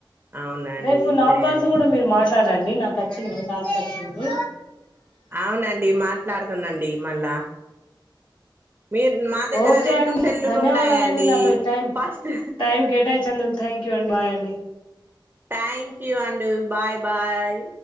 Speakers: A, on the right; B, on the left.
A: అవునండి
B: రేపు నా
A: చేయండి
B: కాల్సు కూడా మీరు మాట్లాడండి నాకు వచ్చినయ్ కాల్స్ వచ్చింది
A: అవునండి మాట్లాడతన్నండి మళ్ళా మీ మా దగ్గర
B: ఓకే
A: రెండు
B: అండి
A: సెల్లులు
B: ధన్యవాదాలండి
A: ఉన్నాయండి
B: నాతో టైం
A: ఫస్ట్
B: టైం కేటాయి చందుకు థంక్యు అండి బాయ్ అండి
A: థ్యాంక్యూ అండి బాయ్ బాయ్